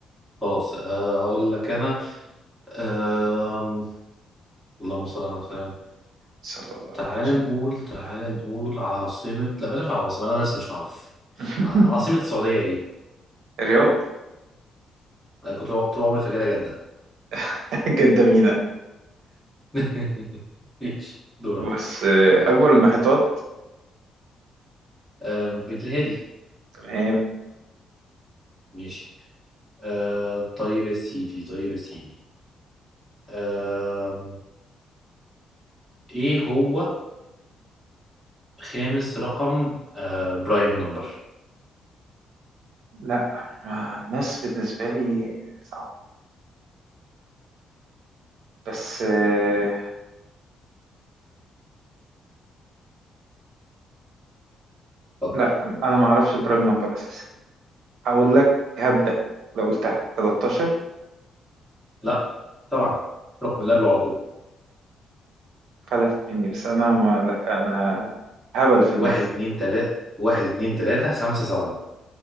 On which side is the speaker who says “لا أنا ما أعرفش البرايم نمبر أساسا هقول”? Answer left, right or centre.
Right